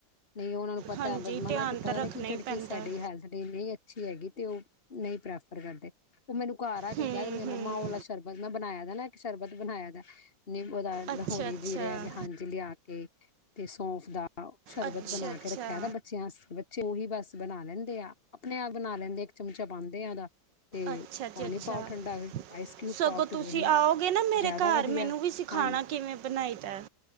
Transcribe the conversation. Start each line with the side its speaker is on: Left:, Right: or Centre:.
Left: ਨਹੀਂ, ਉਹਨਾਂ ਨੂੰ ਪਤਾ
Right: ਹਾਂਜੀ
Left: ਬਸ ਮਨਾ
Right: ਧਿਆਨ
Left: ਕੀਤਾ,
Right: ਤਾਂ ਰੱਖਣਾ
Left: ਉਹ ਕਿ ਜਿਹੜੀ
Right: ਹੀ ਪੈਂਦਾ
Left: ਚੀਜ਼, ਸਾਡੀ
Right: ਹੈ।
Left: ਹੈਲਥ ਲਈ ਨਹੀਂ ਅੱ ਛੀ ਹੈਗੀ, ਤੇ ਉਹ ਨਹੀਂ ਪ੍ਰੈਫਰ ਕਰਦੇ। ਹੁਣ ਮੈਨੂੰ ਘਰ ਆ ਕੇ
Right: ਹੂੰ
Left: ਕਹਿ ਦੇਣਗੇ,
Right: ਹੂੰ
Left: ਮੰਮਾ ਉਹ ਵਾਲਾ ਸ਼ਰਬਤ ਨਾ, ਬਣਾਇਆਂ ਦਾ ਨਾ ਇੱਕ ਸ਼ਰਬਤ ਬਣਾਇਆ ਦਾ ਨੀ ਉਹਦਾ,
Right: ਅੱਛਾ
Left: ਲਾਹੌਰੀ
Right: ਅੱਛਾ
Left: ਜ਼ੀਰਾ ਕੇ, ਹਾਂਜੀ ਲਿਆ ਕੇ ਤੇ ਸੌੰਫ ਦਾ ਸ਼ਰਬਤ
Right: ਅੱਛਾ
Left: ਬਣਾ
Right: ਅੱਛਾ
Left: ਕੇ ਰੱਖਿਆ ਦਾ, ਬੱਚਿਆਂ ਵਸਤੇ ਜ਼ਰੂਰੀ, ਬਸ ਬਣਾ ਲੈਂਦੇ ਆ, ਆਪਣੇ ਆਪ ਬਣਾ ਲੈਂਦੇ ਇੱਕ ਚਮਚਾ ਪਾਉਂਦੇ ਆ ਉਹਦਾ ਤੇ
Right: ਅੱਛਾ
Left: ਪਾਣੀ
Right: ਜੀ ਅੱਛਾ
Left: ਪਾਓ ਠੰਡਾ, ਵਿੱਚ ਆਈਸਕਿਊਬ
Right: ਸਗੋਂ
Left: ਪਾਓ ਤੇ
Right: ਤੁਸੀਂ
Left: ਇੰਨਾ,
Right: ਆਓਗੇ ਨਾ ਮੇਰੇ
Left: ਜ਼ਿਆਦਾ
Right: ਘਰ
Left: ਵਧੀਆ
Right: ਮੈਨੂੰ
Left: ਹਾਂਜੀ।
Right: <unintelligible> ਕਿਵੇਂ ਬਣਾਈ ਦਾ ਐ?